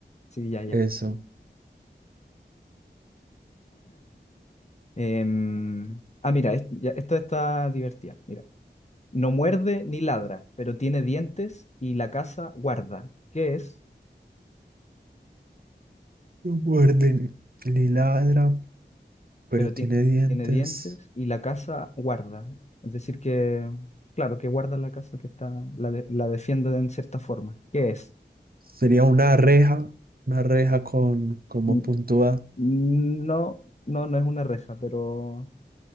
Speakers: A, on the left; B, on the right.
A: Sí, ya, ya.
B: eso.
A: Em, ah, mira, es- ya, esta está divertida. Mira. No muerde ni ladra, pero tiene dientes y la casa guarda. ¿Qué es?
B: Lo muerden y ladra. pero
A: pero
B: tiene
A: tie-
B: dientes.
A: tiene dientes y la casa guarda. Es decir, que, claro, que guarda la casa que está, la, de- la defiende en cierta forma. ¿Qué es?
B: Sería una reja, una reja con como
A: N-
B: puntúa.
A: No, no, no es una reja, pero